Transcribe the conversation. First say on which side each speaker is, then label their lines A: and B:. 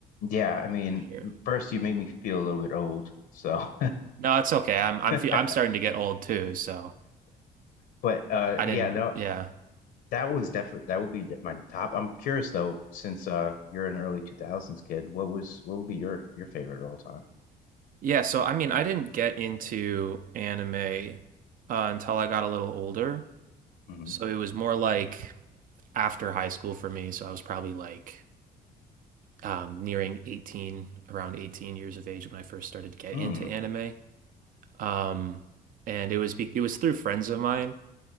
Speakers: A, on the left; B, on the right.
A: Yeah, I mean,
B: For sure.
A: first you made me feel a little bit old, so
B: No, it's okay. I'm I'm
A: <laughs>
B: fe- I'm starting to get old too, so
A: but uh
B: I didn't.
A: yeah, no,
B: Yeah,
A: that was definitely that would be th- my top. I'm curious though, since uh you're an early 2000s kid, what was what would be your your favorite of all time?
B: yeah. So I mean, I didn't get into anime uh, until I got a little older.
A: Mm-hmm.
B: So it was more like after high school for me. So I was probably like um, nearing 18, around 18 years of age when I first started to get
A: hmm
B: into anime.
A: Mm.
B: Um, and it was be it was through friends of mine.